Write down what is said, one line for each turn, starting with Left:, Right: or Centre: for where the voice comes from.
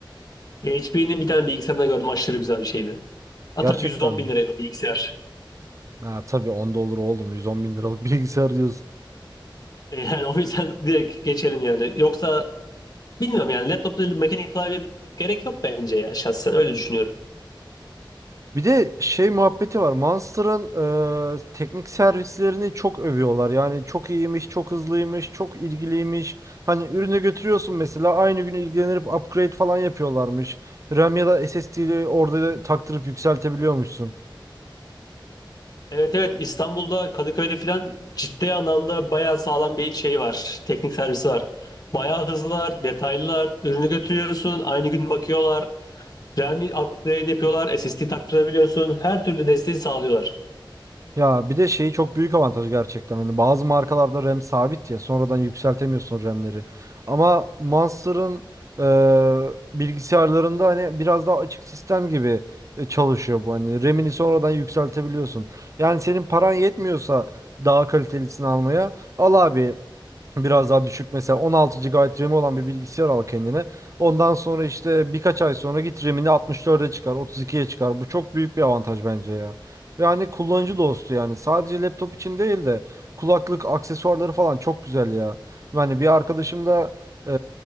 Left: HP'nin bir tane bilgisayarında gördüm aşırı güzel bir şeydi. Hatta
Right: Gerçekten
Left: 110
Right: mi?
Left: bin liraydı o bilgisayar.
Right: Ha tabii onda olur oğlum 110 bin liralık <laughs> bilgisayar diyorsun.
Left: E, Yani o yüzden <laughs> direkt geçelim yani. Yoksa Bilmiyorum yani laptopta mekanik klavye gerek yok bence ya şahsen öyle düşünüyorum.
Right: Bir de şey muhabbeti var. Monster'ın e, teknik servislerini çok övüyorlar. Yani çok iyiymiş, çok hızlıymış, çok ilgiliymiş. Hani ürünü götürüyorsun mesela aynı gün ilgilenip upgrade falan yapıyorlarmış. RAM ya da SSD'yi orada taktırıp yükseltebiliyormuşsun.
Left: Evet evet İstanbul'da Kadıköy'de filan ciddi anlamda bayağı sağlam bir şey var. Teknik servisi var. Bayağı hızlılar, detaylılar. Ürünü götürüyorsun, aynı gün bakıyorlar. RAM upgrade yapıyorlar, SSD taktırabiliyorsun. Her türlü desteği sağlıyorlar.
Right: Ya bir de şeyi çok büyük avantajı gerçekten. Hani bazı markalarda RAM sabit ya. Sonradan yükseltemiyorsun RAM'leri. Ama Monster'ın e, bilgisayarlarında hani biraz daha açık sistem gibi e, çalışıyor bu. Hani RAM'ini sonradan yükseltebiliyorsun. Yani senin paran yetmiyorsa daha kalitelisini almaya al abi Biraz daha düşük mesela 16 GB RAM'i olan bir bilgisayar al kendine. Ondan sonra işte birkaç ay sonra git RAM'ini 64'e çıkar, 32'ye çıkar. Bu çok büyük bir avantaj bence ya. Ve hani kullanıcı dostu yani. Sadece laptop için değil de kulaklık aksesuarları falan çok güzel ya. Yani bir arkadaşım da e,